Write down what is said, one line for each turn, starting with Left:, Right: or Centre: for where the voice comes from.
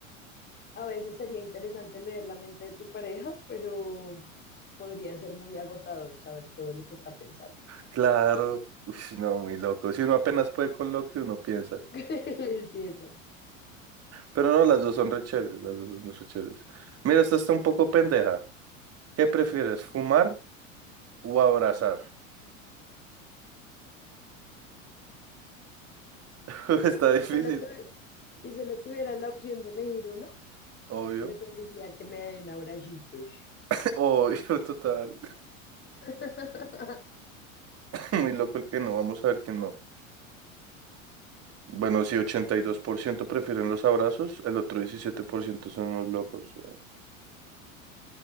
Left: a veces sería interesante leer la mente de tu pareja, pero podría ser muy agotador saber todo lo que está pensando.
Right: Claro, <laughs> Uy, no, muy loco. Si uno apenas puede con lo que uno piensa.
Left: <laughs> Sí, exacto.
Right: Pero no, las dos son re chéveres, las dos son re chéveres. Mira, esta está un poco pendeja. ¿Qué prefieres, fumar o abrazar? <laughs> Está
Left: Si
Right: difícil,
Left: solo tu- si solo tuvieras la opción de elegir uno,
Right: obvio.
Left: Preferiría que me den abrayitos.
Right: <laughs> Obvio, total.
Left: <laughs>
Right: <laughs> Muy loco el que no, vamos a ver que no. Bueno, sí, ciento prefieren los abrazos, el otro 17% son los locos. güey.